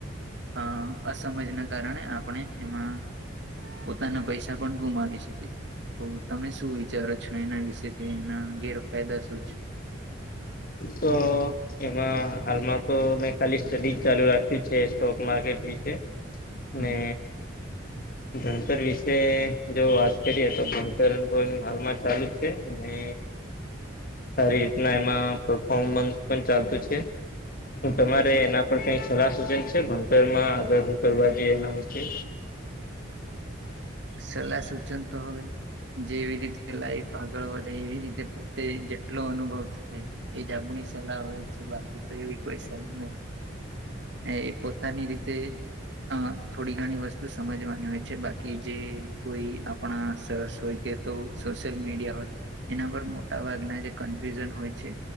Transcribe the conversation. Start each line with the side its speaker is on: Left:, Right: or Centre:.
Right: અ અસમજ ના કારણે આપણે એમાં પોતાના પૈસા પણ ગુમાવી શકે તો તમે શું વિચારો છો એના વિશે કે એના ગેરફાયદા શું છે.
Left: તો એમાં હાલમાં તો મેં ખાલી સ્ટડીજ ચાલુ રાખ્યું છે સ્ટોક માર્કેટ વિશે
Right: હમ
Left: લે ભણતર વિશે જો વાત કરીએ તો ભણતર હાલમાં ચાલુ જ છેને સારી રીતના એમાં પરફોમન્સ પણ ચાલતું છે શું તમારે એના કઈ સલાહ સૂચન છે ભણતર માં આગળ હું કરવા જોઈએ એના વિશે
Right: સલાહ સૂચન તો હવે જેવી રીતે લાઈફ આગળ વધે એવી રીતે પોતે જેટલો અનુભવ થાય એજ આપણી સલાહ હોય છે બાકી તો એવી કોઈ સલાહ નહી એ એ પોતાની રીતે અ થોડી ઘણી વસ્તુ સમજવાની હોય છે બાકી કે જે કોઈ આપણા સર્સ હોય કે તો સોશિયલ મીડિયા હોય એના પર મોટા ભાગના જે કન્ફ્યુઝન હોય છે